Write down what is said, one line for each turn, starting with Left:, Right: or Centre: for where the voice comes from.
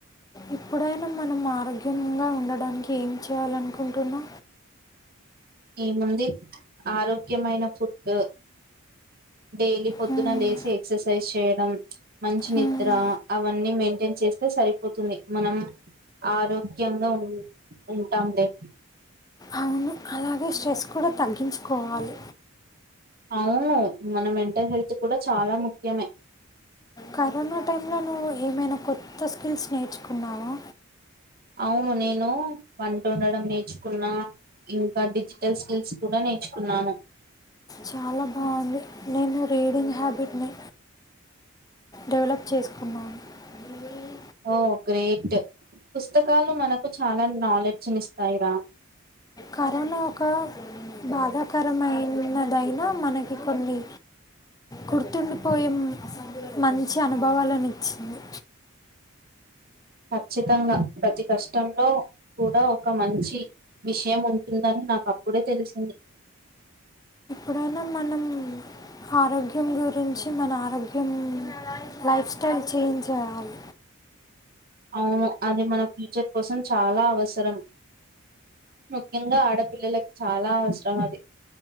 Left: ఇప్పుడైనా మనం ఆరోగ్యంగా ఉండడానికి ఏం చేయాలనుకుంటున్నా
Right: ఈ ముంది ఆరోగ్యమైన ఫుడ్ డైలీ పొద్దున
Left: మ్మ్.
Right: లేచి ఎక్సర్సైజ్ చేయడం మంచి
Left: మ్మ్.
Right: నిద్ర అవన్నీ మెయింటైన్ చేస్తే సరిపోతుంది మనం ఆరోగ్యంగా ఉ ఉంటాం లే
Left: అవును అలాగే స్ట్రెస్ కూడా తగ్గించుకోవాలి
Right: అవును మన మెంటల్ హెల్త్ కూడా చాలా ముఖ్యమే
Left: కరోనా టైమ్ లో నువవు ఏమైనా కొ ఎంత స్కిల్స్ నేర్చుకున్నాము
Right: అవును నేను వంట ఉండడం నేర్చుకున్నా ఇంకా డిజిటల్ స్కిల్స్ కూడా నేర్చుకున్నాను
Left: చాలా బాగుంది నేను రీడింగ్ హ్యాబిట్ ని డెవలప్ చేసుకు కుమ్మ ఈ
Right: ఓ గ్రేట్ పుస్తకాలు మనకు చాలా నాలెడ్జ్ ని ఇస్తాయిరా
Left: కరోనా ఒక బాధాకరమైనదైనా మనకి కొన్ని గుర్తుండిపోయే మంచి అనుభవాలనిచ్చింది
Right: ఖచ్చితంగా ప్రతి కష్టంలో కూడా ఒక మంచి విషయం ఉంటుందని నాకు అప్పుడే తెలిసింది
Left: ఎప్పుడైనా మనం ఆరోగ్య యం గురించి మన ఆర్యం ఇగ మీ లైఫ్ స్టైల్ చేంజ్ చేయాలి
Right: అవును అది మన ఫ్యూచర్ కోసం చాలా అవసరం ముఖ్యంగా ఆడపిల్లలకి చాలా అవసరం అది